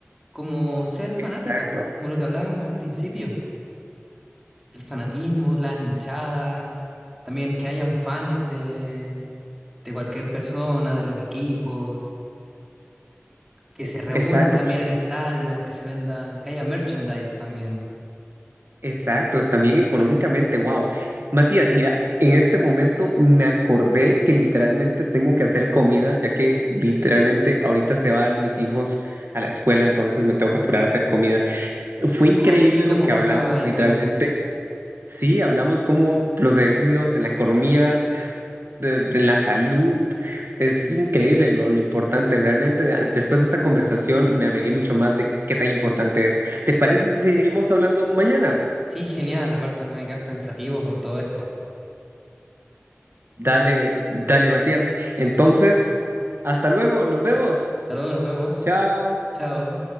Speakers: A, in the centre; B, on the right.
A: como ser fanáticos,
B: Exacto,
A: como lo que hablábamos al principio. el fanatismo, las hinchadas, también que hayan fans de, de cualquier persona, de los equipos, que
B: e-
A: se reúnan
B: exacto,
A: también en estadios, que se venda, que haya merchandise también.
B: exacto. Es también económicamente, wow. Matías, mira, en este momento me acordé que literalmente tengo que hacer comida, ya que literalmente ahorita se van mis hijos a la escuela, entonces me tengo que apurar a hacer comida. Fue increíble
A: Oh, sí, cómo
B: lo que
A: pasa
B: hablamos,
A: el
B: literalmente.
A: tiempo.
B: Sí, hablamos como los ejercicios en la economía, de, de la salud. Es increíble lo, lo importante. Realmente, a- después de esta conversación, me agregué mucho más de qué tan importante es. ¿Te parece si seguimos hablando mañana?
A: Sí, genial, aparte me voy a quedar pensativo con todo esto.
B: Dale, dale, Matías. Entonces, hasta luego, nos vemos.
A: Hasta hasta luego, nos vemos.
B: Chao.
A: Chao.